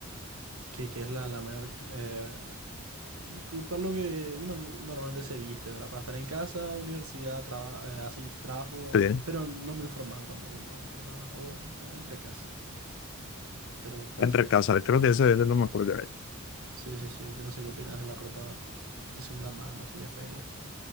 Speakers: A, on the right (about 75°); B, on the left (about 55°).
A: que, que es la, la mayor... eh, que- para lo que uno normalmente se viste, ¿verdad? Para estar en casa, universidad, tra- eh, así, trabajo,
B: Sí,
A: pero no muy formal tampoco, ¿verdad? O, o entre casa, pero, pero
B: Entre
A: así.
B: casas, creo que ese es lo mejor.
A: Sí, sí, sí, yo no sé qué opinas de la ropa de segunda mano, así, de feria.